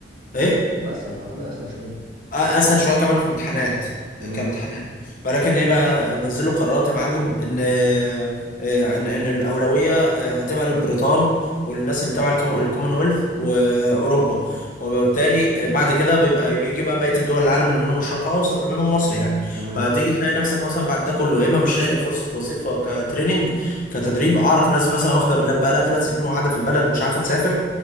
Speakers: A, on the left; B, on the right.
A: ايه
B: واسهل اعتقد اسهل شويه
A: اسهل شويه كمان في امتحانات
B: تمام
A: كامتحانات ولكن ايه بقى نزلوا قرارات يا معلم ان آه، ان ان الاولويه آه، هتبقى للبريطان والناس اللي تبع الكم- الكومنولث واوروبا وبالتالي آه، بعد كده بيبقى بيجي بقى بقيه الدول العالم اللي منهم الشرق الاوسط اللي منهم مصر يعني
B: تمام
A: فتيجي تلاقي نفسك مثلا بعد ده كله يا اما مش لاقي فرصه وظيفه كتريننج كتدريب اعرف ناس مثلا واخده بلاب بقى لها ثلاث سنين وقاعده في البلد مش عارفه تسافر